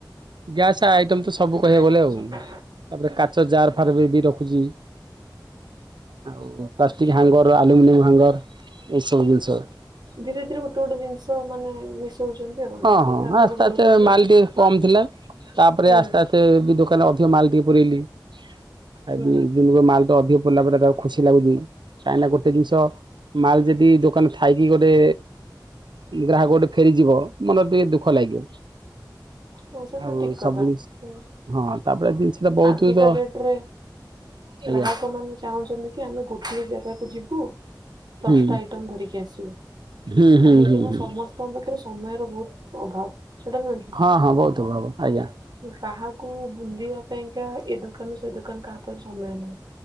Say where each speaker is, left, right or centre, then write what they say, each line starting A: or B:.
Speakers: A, on the right; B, on the right.
A: ଗ୍ୟାସ ଆଇଟମ ତ ସବୁ କହିବାକୁ
B: ଆଚ୍ଛା।
A: ଗଲେ ଆଉ ତାପରେ କା ତାର ଫାର ବି ରଖୁଚି। ଆଉ ପ୍ଲାଷ୍ଟିକ
B: ଆଚ୍ଛା
A: ହାଙ୍ଗର ଆଲୁମିନିୟମ ହାଙ୍ଗର ଏଇସବୁ ଜିନିଷ।
B: ଧୀରେ ଧୀରେ ଗୋଟେ ଗୋଟେ ଜିନିଷ ମାନେ ମିଶଉଚନ୍ତି, ଆଉ
A: ହଁ ହଁ
B: ସେଇଟା ଆଗକୁ
A: ଆସ୍ତେ
B: ବଢଉଛନ୍ତି
A: ଆସ୍ତେ ମାଲ
B: ଆଉ।
A: ଟିକେ କମ ଥିଲା ତାପରେ
B: ହୁଁ
A: ଆସ୍ତେ ଆସ୍ତେ ବି ଦୋକାନ ଅଧିକ ମାଲ ଟିକେ ପୁରେଇଲି। ଆଜି
B: ହୁଁ
A: ମାଲ ତ ଅଧିକ ପଡିଲା ପରେ ତାକୁ ଖୁସି ଲାଗୁଛି କାହିଁକିନା ଗୋ ଗୋଟେ ଜିନିଷ ମାଲ ଯଦି ଦୋକାନ ଥାଇକି ଗୋଟେ ଗ୍ରାହକ ଗୋଟେ ଫେରିଯିବ ମନରେ ଟିକେ ଦୁଃଖ ଲାଗିବ।
B: ହଁ ସେଟା
A: ଆଉ
B: ଠିକ କଥା।
A: ସବୁ ଜିନିଷ
B: ହୁଁ
A: ହଁ ତାପରେ ଜିନିଷଟା ବହୁତ।
B: ଆଜିକା
A: ତ
B: ଡେଟରେ
A: ଆଜ୍ଞା
B: ଗ୍ରାହକ ମାନେ ଚାହୁଁଚନ୍ତି କି ଆମେ ଗୋଟିଏ ଜାଗା ଯିବୁ
A: ହୁଁ
B: ଦଶଟା ଆଇଟମ୍ ଧରିକି ଆସିବୁ।
A: ହୁଁ ହୁଁ
B: କାହିଁକିନା
A: ହୁଁ ହୁଁ
B: ସମସ୍ତଙ୍କ ପାଖରେ ସମୟର ବହୁତ ଅଭାବ ସେଟା ନୁହେଁ
A: ହଁ ହଁ ବହୁତ ଭଲ ଆଜ୍ଞା
B: କି କାହାକୁ ବୁଲିବା ପାଇଁକା ଏ ଦ ସେ ଦୋକାନ କାହାପରେ ସମୟ ନାହିଁ